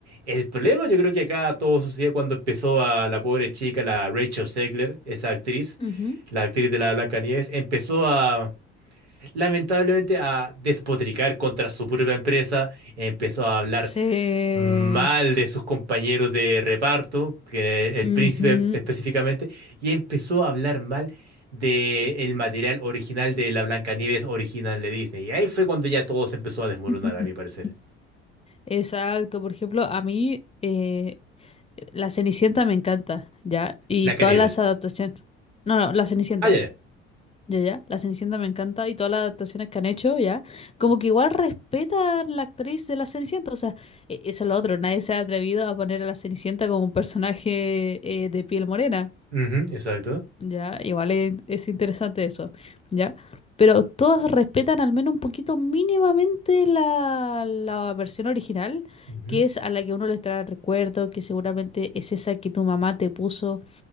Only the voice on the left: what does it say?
ujú.
Se...
ujú.
<laughs>
Exacto. Por ejemplo, a mí eh, la Cenicienta me encanta, ¿ya? Y
todas las adaptaciones. No, no, la Cenicienta.
Ya, ya. La Cenicienta me encanta y todas las adaptaciones que han hecho, ¿ya? Como que igual respetan la actriz de la Cenicienta. O sea, e- eso es lo otro. Nadie se ha atrevido a poner a la Cenicienta como un personaje eh, de piel morena.
Ya, igual es, es interesante eso, ¿ya? Pero todas respetan al menos un poquito mínimamente la, la versión original,
que es a la que uno les trae recuerdo, que seguramente es esa que tu mamá te puso